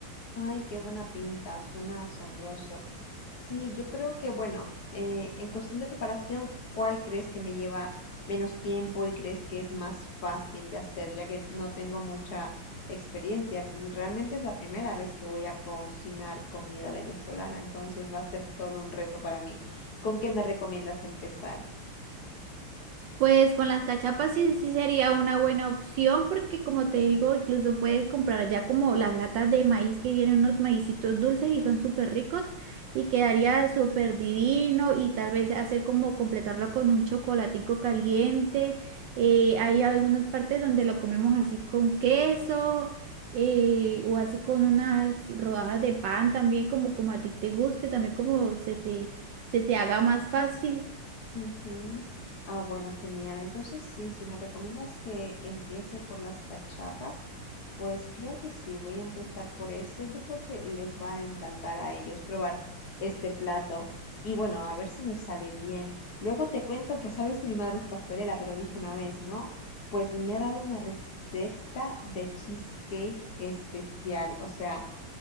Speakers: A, on the left (about 65°); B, on the right (about 75°).
A: Ay, qué buena pinta, suena asombroso. Sí, yo creo que, bueno, eh, en cuestión de preparación, ¿cuál crees que me lleva menos tiempo y crees que es más fácil de hacer, ya que no tengo mucha experiencia? Realmente es la primera vez que voy a cocinar comida venezolana, entonces va a ser todo un reto para mí. ¿Con qué me recomiendas empezar?
B: Pues con las cachapas sí, sí sería una buena opción porque como te digo, incluso puedes comprar ya como las latas de maíz que vienen unos maicitos dulces y son súper ricos y quedaría súper divino y tal vez hacer como completarlo con un chocolatico caliente. Eh, hay algunas partes donde lo comemos así con queso eh, o así con unas rodajas de pan también como, como a ti te guste, también como se te, se te haga más fácil.
A: Ujú. Ah, bueno, genial. Entonces, sí, si me recomiendas que empiece por las cachapas, pues creo que sí, voy a empezar por eso. Yo creo que les va a encantar a ellos probar este plato. Y bueno, a ver si me sale bien. Luego te cuento que sabes que mi madre es pastelera, te lo dije una vez, ¿no? Pues me ha dado una receta de cheesecake especial. O sea,